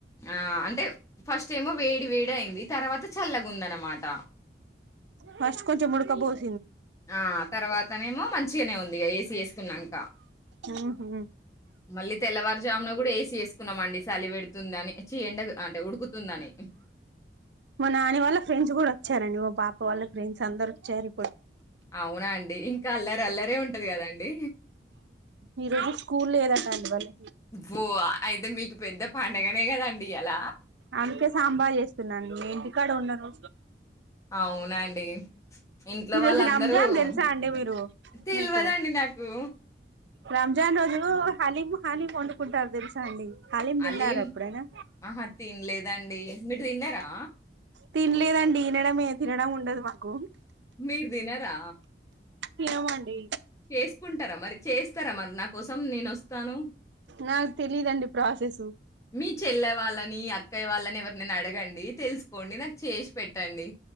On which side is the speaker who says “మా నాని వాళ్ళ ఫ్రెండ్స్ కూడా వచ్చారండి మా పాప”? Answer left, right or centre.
Right